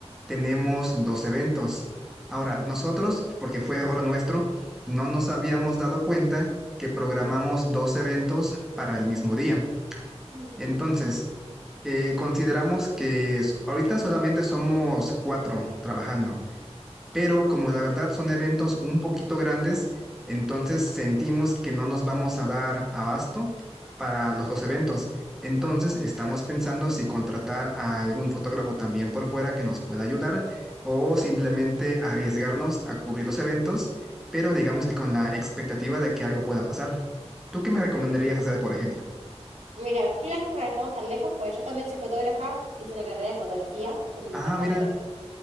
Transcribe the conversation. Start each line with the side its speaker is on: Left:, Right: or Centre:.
Centre: tenemos dos eventos. Ahora, nosotros, porque fue error nuestro, no nos habíamos dado cuenta que programamos dos eventos para el mismo día.
Right: Mm.
Centre: Entonces, eh, consideramos que s- ahorita solamente somos cuatro trabajando, pero como la verdad son eventos un poquito grandes, entonces sentimos que no nos vamos a dar abasto para los dos eventos. Entonces estamos pensando si contratar a algún fotógrafo también por fuera que nos pueda ayudar o simplemente arriesgarnos a cubrir los eventos, pero digamos que con la expectativa de que algo pueda pasar. ¿Tú qué me recomendarías hacer, por ejemplo?
Right: Mira, qué lástima que estamos tan lejos, pues yo también soy fotógrafa, hice la carrera de fotografía, fue mi primera
Centre: Ah,
Right: carrera.
Centre: mira.